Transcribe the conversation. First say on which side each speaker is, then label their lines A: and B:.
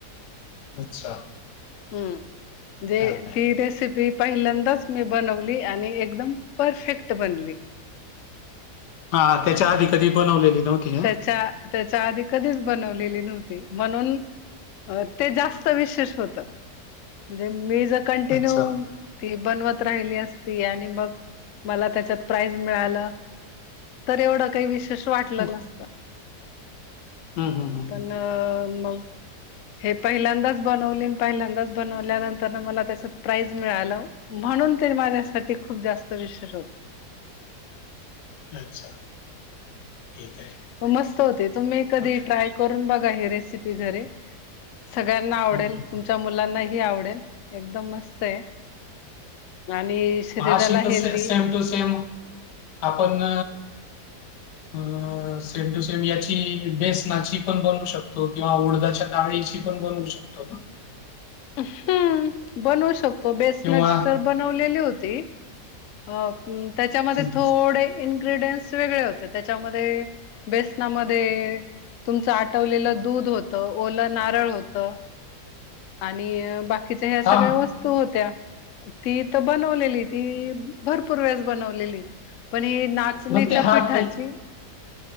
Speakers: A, on the left; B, on the left.
A: अच्छा.
B: हं जे
A: हां, नाही.
B: ती रेसिपी पहिल्यांदाच मी बनवली आणि एकदम परफेक्ट बनली.
A: हा त्याच्या आधी कधी बनवलेली नव्हती? हां?
B: त्याच्या, त्याच्या आधी कधीच बनवलेली नव्हती म्हणून अ ते जास्त विशेष होतं म्हणजे मी जर कंटिन्यू
A: अच्छा.
B: ती बनवत राहिली असती आणि मग मला त्याच्यात प्राईज मिळालं तर एवढं काही विशेष वाटलं
A: हं,
B: नसतं.
A: हं, हं, हं,
B: पण
A: हं,
B: मग, हे पहिल्यांदाच बनवली अन् पहिल्यांदाच बनवल्यानंतरनं मला त्याच्यात प्राईज मिळालं. म्हणून ते माझ्यासाठी खूप जास्त विशेष होतं.
A: अच्छा, ठीक आहे.
B: हो, मस्त होते तुम्ही कधी
A: गुड.
B: ट्राय करून बघा हे रेसिपी घरी. सगळ्यांना आवडेल,
A: हं, हं, हं.
B: तुमच्या मुलांनाही आवडेल. एकदम मस्त आहे आणि शरीराला
A: म अशीत
B: हेल्दी
A: सेम टू सेम आपण अ सेम टू सेम याची बेसनाची पण बनवू शकतो. किंवा उडदाच्या डाळीची पण बनवू शकतो ना?
B: हं हं बनवू शकतो, बेसनाचे
A: किंवा
B: तर बनवलेले होते हो त्याच्यामध्ये
A: हं,
B: थोडे इन्ग्र्रीडियंट्स वेगळे होते, त्याच्यामध्ये बेसनामध्ये तुमचं आटवलेलं दूध होतं, ओलं नारळ होतं, आणि बाकीच्या ह्या सगळ्या
A: हां,
B: वस्तू होत्या, ती इथं बनवलेली ती भरपूर वेळेस बनवलेली, पण ही नाचणीच्या
A: मग ते हां,
B: पिठाची
A: ते